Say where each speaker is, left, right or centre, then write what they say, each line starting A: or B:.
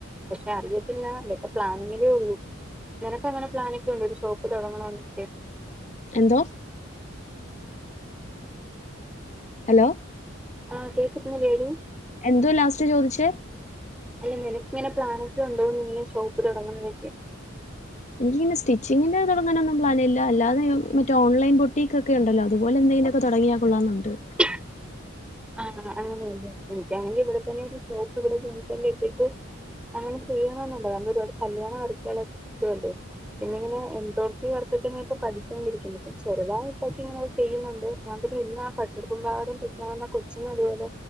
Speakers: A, in the centre; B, on the left.
A: പക്ഷെ അറിയത്തില്ല ഇതൊക്കെ പ്ലാനിങ്ങിലേ ഉള്ളൂ നിനക്ക് അങ്ങനെ പ്ലാന് ഒക്കെയുണ്ടോ ഒരു ഷോപ്പ് തുടങ്ങണം എന്നൊക്കെ
B: എന്തോ ഹലോ
A: ആഹ് കേക്കുന്നില്ലേ ടീ
B: എന്തോ ലാസ്റ്റ് ചോദിച്ചേ
A: അല്ല നിനക്കിങ്ങനെ പ്ലാനൊക്കെ ഉണ്ടോ ഇങ്ങനെ ഷോപ്പ് തുടങ്ങുന്നയൊക്കെ
B: എനിക്കിങ്ങനെ സ്റ്റിച്ചിങ്ങിന്റെ ഇത് തുടങ്ങാനൊന്നും പ്ലാനില്ല. അല്ലാതെ മറ്റേ ഓൺലൈൻ ബൊട്ടീക് ഒക്കെ ഉണ്ടല്ലോ അതുപോലൊന്ന് <unintelligible> തുടങ്ങിയ കൊള്ളാന്നുണ്ട്
A: <inaudible> ആ അങ്ങനെയല്ലെ. ഉം വേണെങ്കി ഇവിടെ തന്നെ ഒരു ഷോപ്പ് ഇവിടെ ജംഗ്ഷനിൽ ഇട്ടിട്ട് അങ്ങനെ ചെയ്യണെന്നുണ്ട്. നമ്മള് ഒരു പാട് കല്യാണ വർക്കുകളൊക്കെ കിട്ടോല്ലോ പിന്നെ ഇങ്ങനെ <unintelligible> വർക്കൊക്കെ ഇങ്ങനൊക്കെ പഠിച്ചുകൊണ്ടിരിക്കുന്നുണ്ട്. ഇപ്പൊ ചെറുതായിട്ടൊക്ക ഇങ്ങനെ ചെയ്യുന്നുണ്ട് ഞാൻ <unintelligible> സ്റ്റിച്ചിങ് അതുപോലെ